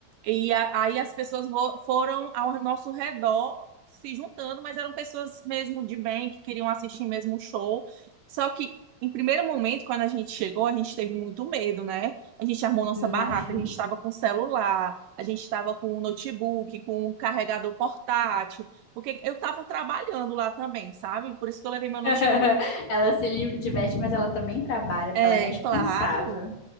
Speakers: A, on the right; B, on the left.
A: E a- aí as pessoas vo- foram ao nosso redor se juntando, mas eram pessoas mesmo de bem, que queriam assistir mesmo o show. Só que em primeiro momento, quando a gente chegou, a gente teve muito medo, né? A gente armou nossa
B: Imagino.
A: barraca, a gente estava com celular, a gente estava com um notebook, com um carregador portátil. Porque eu estava trabalhando lá também, sabe? Por isso que eu levei meu notebook.
B: <laughs> Ela se li- diverte, mas ela também trabalha, porque
A: É,
B: ela é responsável.
A: claro.